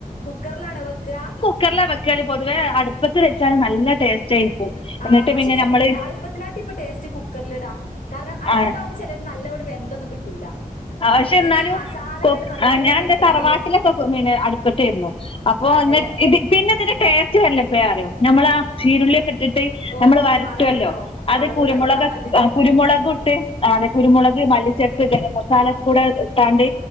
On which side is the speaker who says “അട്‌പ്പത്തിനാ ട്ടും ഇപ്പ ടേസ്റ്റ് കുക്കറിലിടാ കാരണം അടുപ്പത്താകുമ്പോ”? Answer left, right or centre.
Left